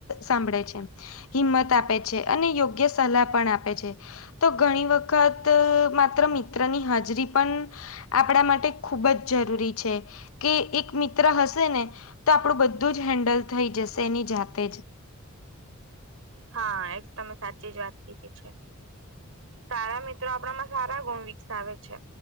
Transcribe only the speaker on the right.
હા એ તો તમે સાચી જ વાત કીધી છે સારા મિત્રો આપણામાં સારા ગુણ વિકસાવે છે